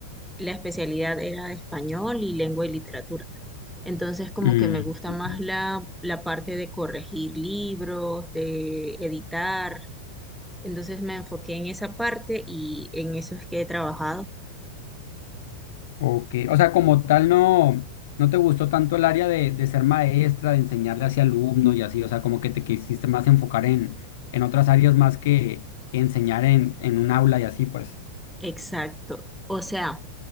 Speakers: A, in the centre; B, on the left.
A: la especialidad era español y lengua y literatura. Entonces, como
B: Mm,
A: que me gusta
B: ok.
A: más la, la parte de corregir libros, de editar. Entonces me enfoqué en esa parte y en eso es que he trabajado.
B: Ok, O sea, como tal, no, no te gustó tanto el área de, de ser maestra, de enseñarle hacia alumnos y así. O sea, como que te quisiste más enfocar en, en otras áreas más que, que enseñar en, en un aula y así, pues.
A: Exacto. O sea,